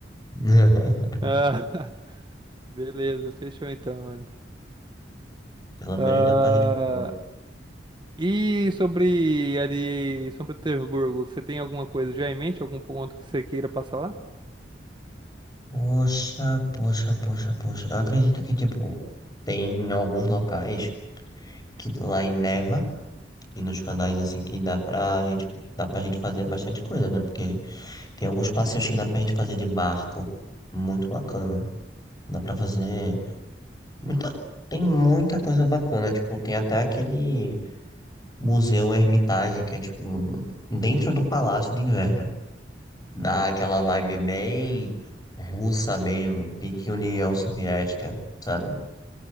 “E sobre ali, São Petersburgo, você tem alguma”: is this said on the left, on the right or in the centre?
Right